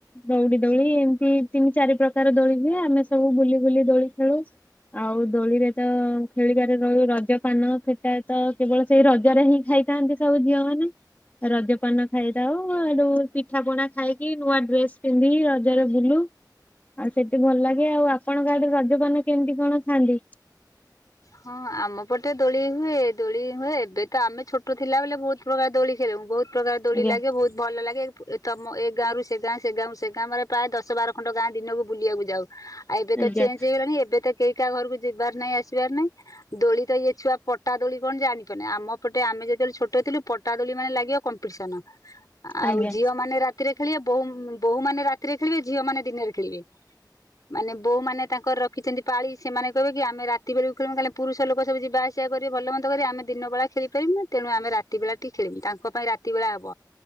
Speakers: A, on the left; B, on the left.
A: ଦଉଡି ଦଉଳି ଏମିତି ତିନି ଚାରି ପ୍ରକାର ଦୋଳି ହୁଏ ଆମେ ସବୁ ବୁଲି ବୁଲି ଦୋଳି ଖେଳୁ ଆଉ ଦୋଳିରେ ତ ଖେଳିବାରେ ରହୁ ରଜପାନ ସେଟା ତ କେବଳ ସେଇ ରଜରେ ହିଁ ଖାଇ ଖାଇଥାନ୍ତି ସବୁ ଝିଅ ମାନେ। ରଜ ପାନ ଖାଇଥାଉ ଆଡୁ ପିଠା ପଣା ଖାଇକି ନୂଆ ଡ୍ରେସ ପିନ୍ଧିକ ରଜରେ ବୁଲୁ। ଆଉ ସେଠି ଭଲ ଲାଗେ ଆଉ ଆପଣଙ୍କାଡରେ ରଜପାନ କେମିତି କଣ ଖାଆନ୍ତି।
B: ହଁ ଆମ ପଟେ ଦୋଳି ହୁଏ ଦୋଳି ହୁଏ ଏବେ ତ ଆମେ ଛୋଟ ଥିଲା ବ ବହୁତ ପ୍ରକାର ଦୋଳି ଖେଳ ମୁୁ ବହୁତ ପ୍ରକାର ଦୋଳି
A: ଆଜ୍ଞା
B: ଲାଗେ ବହୁତ ଭଲ ଲାଗେ। ଏ ତମ ଏ ଗାଁ ରରୁ ସେ ଗାଁ ସେ ଗାଁ ସେ ଗାଁରେ ପ୍ରାୟ ଦଶ ବାର ଖଣ୍ଡଟ ଗାଁ ଦିନକୁ ବୁଲିବାକୁ ଯାଉ। ଆଉ ଏବେ ତ
A: ଆଜ୍ଞା
B: ଚେଞ୍ଜ ହେଇଗଲାଣି ଏବେ ତ କେହି କାହା ଘରକୁ ଯିବାର ନାହିଁ ଆସିବାର ନାହିଁ ଦୋଳି ତ ଇଏ ଛୁଆ ପଟା ଦୋଳି କଣ ଜାଣିପାରୁନି ଆମ ପଟେ ଆମେ ଯେତେବେଳେ ଛୋଟ ଥିଲୁ ପଟା ଦୋଳି ମାନେ ଲାଗିବ କମ୍ପିଟିସନ। ଆଉ
A: ଆଜ୍ଞା
B: ଝିଅ ମାନେ ରାତିରେ ଖେଳିବେ ବ ବୋୂ ମାନେ ରାତିରେ ଖେଳିବେ ଝିଅ ମାନେ ଦିନରେ ଖେଳିବେ। ମାନେ ବୋଉମାନେ ତାଙ୍କର ରଖିଛନ୍ତି ପାଳି ସେମାନେ କହିବେ କି ଆମେ ରାତି ବେଳକୁ। ଖ କାଲି ପୁରୁଷ ଲୋକ ସବୁ ଯିବାଆସିବା କରିବେ ଭଲ ମନ୍ଦ କରିବେ ଆମେ ଦିନ ବେ ଖେଳିପାରମ ନା ତେଣୁ ଆମେ ରାତି ବେଳା ଟିକେ ଖେଳମୁ ତାଙ୍କ ପାଇଁ ରାତି ବେଳା ହବ